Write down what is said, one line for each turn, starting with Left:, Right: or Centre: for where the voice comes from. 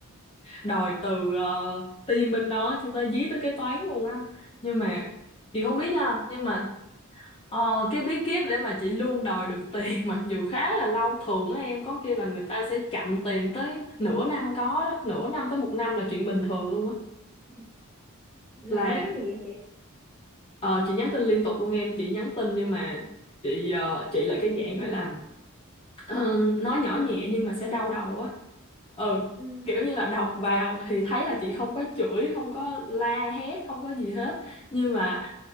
Left: đòi từ uh, team bên đó cho tới dí tới kế toán luôn á nhưng mà chị không biết nha nhưng mà ờ, cái bí kíp để mà chị luôn đòi được tiền <laughs> mặc dù khá là lâu thường á em có khi là người ta sẽ chậm tiền tới nửa năm có đó nửa năm tới một năm là chuyện
Centre: ừ.
Left: bình thường luôn á
Centre: ừ. làm
Left: là
Centre: bí kíp gì vậy chị
Left: ờ, chị nhắn tin liên tục luôn em chị nhắn tin nhưng mà chị ờ, chị là cái dạng gọi là Ờ, nói nhỏ nhẹ nhưng mà sẽ đau đầu á ừ
Centre: ừ
Left: kiểu như là đọc vào thì thấy là chị không có chửi không có la hét không có gì hết nhưng mà